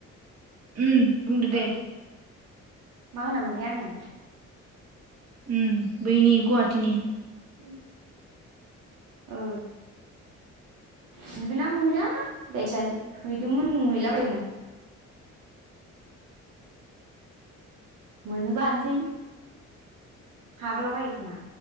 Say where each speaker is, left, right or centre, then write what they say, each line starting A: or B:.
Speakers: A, on the right; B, on the right.
A: उम बुंदो
B: औ
A: दे।
B: मा होनामोनथाय आङो?
A: उम बैनि गुवाहाटीनि।
B: उम। औ सिनगोना मोना जायखिजाया हैदोंमोन मैलाबायदोंमोन। मोनोबा हानसै हाबला बायो खौमा।